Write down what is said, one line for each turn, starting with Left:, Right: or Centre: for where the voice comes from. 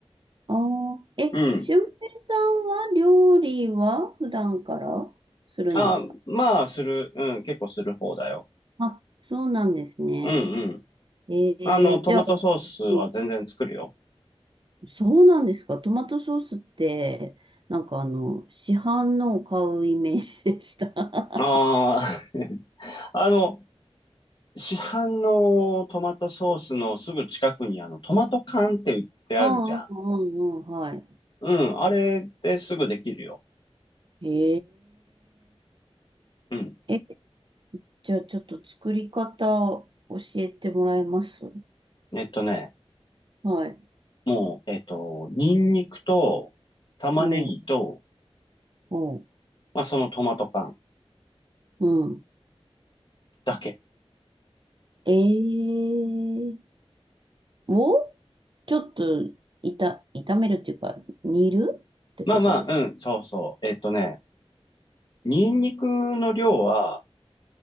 Right: あー、え、
Left: うん。
Right: 俊平さんは料理は普段からするんですか
Left: あ、まあ、する。うん、結構する方だよ。
Right: あ、そうなんですね。
Left: うんうん。
Right: えー、
Left: あの、トマトソースは全然作るよ。
Right: じゃあ、うんそうなんですかトマトソースって、なんかあの、市販のを買うイメージでした。
Left: ああ、
Right: <laughs>
Left: <laughs> あの、市販のトマトソースのすぐ近くにあの、トマト缶って売ってあるじゃん。
Right: うんうんうんうん、はい。
Left: うん、あれですぐできるよ。
Right: へ
Left: うん。
Right: え。じゃあちょっと作り方を教えてもらえます
Left: えっとね、
Right: はい。
Left: もう、えっと、ニンニクと玉ねぎと、
Right: うん、うん、
Left: まあそのトマト缶
Right: うん。
Left: だけ。
Right: えー、をちょっといた、炒めるっていうか、煮るってことです
Left: まあまあ、うん、そうそう。えっとね、ニンニクの量は、